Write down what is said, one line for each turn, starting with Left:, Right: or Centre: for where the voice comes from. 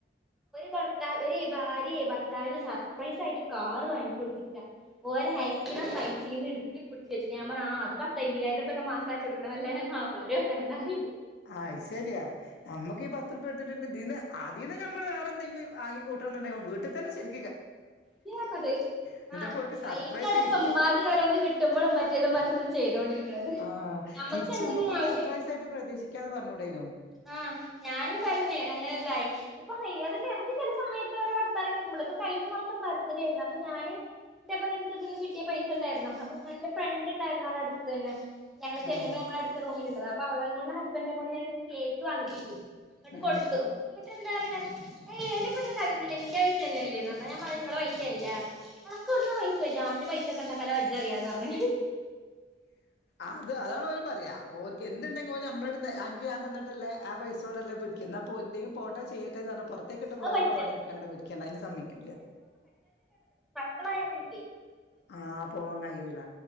Centre: ഭർത്താവ് ഒരു ഭാര്യ ഭർത്താവിന് സർപ്രൈസ് ആയിട്ട് കാറ് വാങ്ങിക്കൊട്ത്ത്ട്ട ഓര് അയക്കണ പൈസീന്ന് ഈ പിടിച്ച വെച്ച ഞാൻ ആ അത് പത്ത അയ്മ്പതിനായിരം രൂപൊക്കെ മാസയച്ച കൊടുക്കണ വല്ല മാപ്പിളാരും ആയിരി
Left: ആഹ് ശരിയയാ നമുക്ക്ഈ പത്ത്ഉർപ്യ എട്ടുണ്ട് അതിൽന്ന് നമ്മൾ വേറെ എന്തെങ്കിലും വാങ്ങി കൂട്ടണം എന്നുണ്ടെങ്കിൽ വീട്ടിൽ തന്നെ ശരി
Centre: ത്യണത്
Left: എന്നിട്ടപ്പോ
Centre: ആ
Left: ഓര്ക്ക് സർപ്രൈസ്
Centre: അയിന്ടപ്പ
Left: ഗിഫ്റ്റ്
Centre: ഇമ്മാതി ഓരോന്ന് കിട്ടുമ്പോഴും മറ്റേതും മറിച്ചേതും ചെയ്തോണ്ടിരിക്കും
Left: ആഹ്
Centre: നമുക്ക്
Left: തിരിച്ച്
Centre: എന്തെങ്കിലും
Left: നമ്മക്കും
Centre: ആവശ്യം
Left: സർപ്രൈസ് ആയിട്ട് പ്രതീക്ഷിക്കാന്ന് പറഞ്ഞൂടേനോ
Centre: ആ ഞാന് പറഞ്ഞ് അങ്ങനെതായി ഇപ്പൊ ഹൈ അതന്നെ നമുക്ക് ചില സമയത്ത് വരെ വർത്താനം കേക്കുമ്പളേ പ്പ കയ മാസം ബർത്ത്ഡേരുന്നു അപ്പൊ ഞാന് ഇതേപോലെ എനിക്കതിന്ന് കിട്ടിയ പൈസ ഇണ്ടായിരുന്നു അപ്പൊ ഞാൻ എന്റെ ഫ്രണ്ട് ഉണ്ടായിരുന്നു അടെ അടുത്ത് തന്നെ ഞങ്ങള് ചെല്ലുവ്വോ
Left: ആഹ്
Centre: ഞങ്ങടെ അടുത്ത റൂമിലള്ളതാ അവളെക്കൊണ്ട് ഹസ്ബൻഡെ കൊണ്ട് ഞാനൊരു കേക്ക് വാങ്ങിപ്പിച്ചു ന്നട്ട്
Left: ഉം
Centre: കൊടുത്തു എന്താ പറയണ ആയിൽ ഇത്രം കാര്യന്നുല്ല ന്റെ പൈസ തന്നെ അല്ലേ ന നിങ്ങളെ പൈസല്ല അനക് എവ്ട്ന്ന പൈസ, ഇജ്ജ് പൈസക്കെ ഉണ്ടാക്കാനുള്ള വജ അറിയാന്ന് പറഞ്ഞ്
Left: അത് അതാണ് ഓര് പറയാ ഓല്ക്ക് എന്തുണ്ടെങ്കിൽ ഒരു ഞമ്മോട് അ നക്ക് ഞാൻ തന്നിട്ടല്ലേ ആ പൈസ കൊണ്ടല്ലേ പിടിക്കുന്ന <inaudible> പോട്ട ചെയ്യ ന്ന് പറഞ്ഞ പുറത്തേക്കിട്ട് പോയ
Centre: അത് പറ്റും
Left: പണിയെടുക്കേണ്ട
Centre: ആഹ്
Left: പിടിക്കണ്ട അതിന് സമ്മതിക്കുല്ല
Centre: ക്ളായൊണ്ട് നിക്ക്
Left: ആ പോവാൻ കഴിയൂല